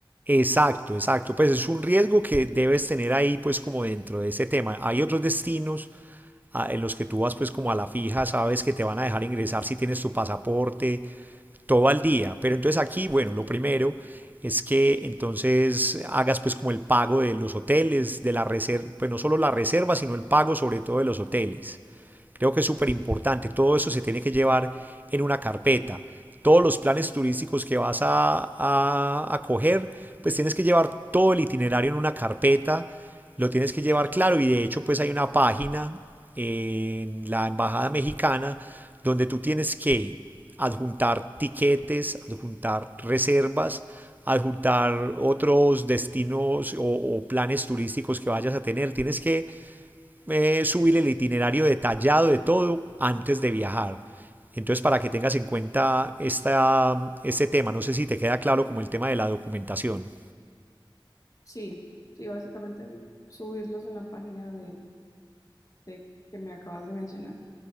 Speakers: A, on the right; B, on the left.
A: Exacto, exacto. Pues es un riesgo que debes tener ahí, pues como dentro de ese tema. Hay otros destinos en los que tú vas pues como a la fija, sabes que te van a dejar ingresar si tienes tu pasaporte, todo al día. Pero entonces aquí, bueno, lo primero es que entonces hagas pues como el pago de los hoteles, de la reserva, pues no solo la reserva, sino el pago sobre todo de los hoteles. Creo que es súper importante. Todo eso se tiene que llevar en una carpeta. Todos los planes turísticos que vas a, a, a coger, pues tienes que llevar todo el itinerario en una carpeta. Lo tienes que llevar claro y de hecho pues hay una página en la Embajada Mexicana donde tú tienes que adjuntar tiquetes, adjuntar reservas, adjuntar otros destinos o, o, planes turísticos que vayas a tener. Tienes que eh, subir el itinerario detallado de todo antes de viajar. Entonces, para que tengas en cuenta esta, este tema, no sé si te queda claro como el tema de la documentación.
B: Sí, sí, básicamente subirlos en la página de, de que me acabas de mencionar.